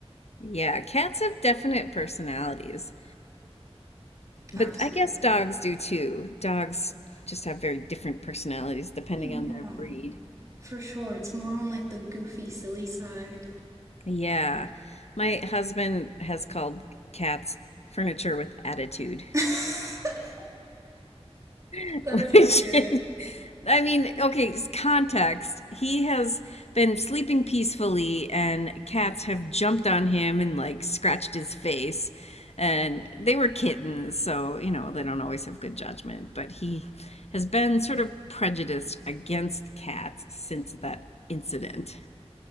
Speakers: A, on the left (about 70°); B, on the right (about 30°).
A: Yeah, cats have definite personalities, but
B: Absolutely.
A: I guess dogs do too. Dogs just have very different personalities depending
B: Yeah,
A: on their breed.
B: for sure. It's more on like the goofy, silly side.
A: Yeah. My husband has called cats furniture with attitude,
B: <laughs>
A: <laughs>
B: That is accurate.
A: which I mean, okay, s- context. He has been sleeping peacefully and cats have jumped on him and like scratched his face. And they were kittens, so, you know, they don't always have good judgment, but he has been sort of prejudiced against cats since that incident.